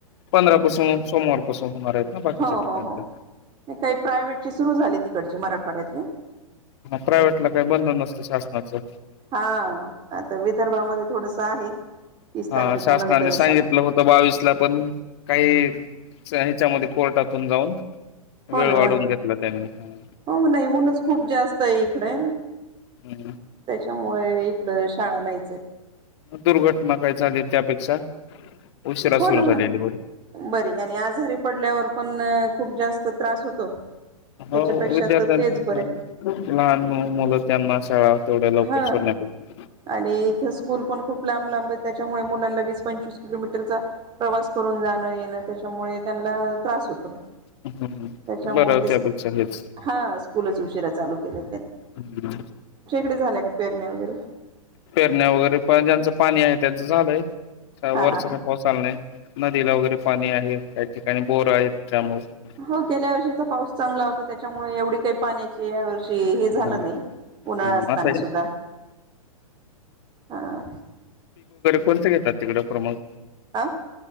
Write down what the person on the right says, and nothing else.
हो
हो हो नाही काही प्रायव्हेटचे सुरू झाले तिकडचे मराठवाड्यातले
हा आता विदर्भामध्ये थोडस आहे. तीस
तारखेच्या
नंतरच
हो
ना
हो ना
हो नाही ऊनच खूप जास्त आहे इकडे
त्याच्यामुळे इकड शाळा नाही..
हो
ना
हो ना
बरी आणि आजारी पडल्यावर पण खूप जास्त... त्रास होतो.
त्याच्यापेक्षा तर तेच बरे हा
आणि इथे स्कूल पण खूप लांब लांब... त्याच्यामुळे मुलांना वीस पंचवीस किलोमीटरचा प्रवास करून जाणं येणं त्याच्यामुळे त्यांना त्रास होतो.
त्याच्यामुळे
ते
हा स्कूलच उशीरा.... चालू केले.
झाल्याय का पेरणे वगैरे
हा
हा
हा
हो गेल्या वर्षीचा पाऊस चांगला होता त्याच्यामुळे एवढी काही पाण्याची या वर्षी हे झालं
नाही उन्हाळा असताना
सुद्धा ह
आ